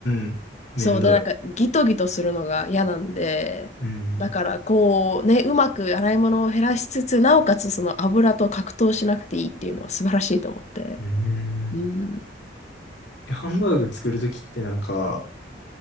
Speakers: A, on the left (about 65°); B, on the left (about 40°).
A: うん。めんどい。
B: そう。で、なんか、ギトギトするのが嫌なんで、
A: うん。
B: だから、こう、ね、うまく洗い物を減らしつつ、なおかつ、その油と格闘しなくていいっていうのは素晴らしいと思って。
A: うん。
B: うん。
A: え、ハンバーグ作るときってなんか、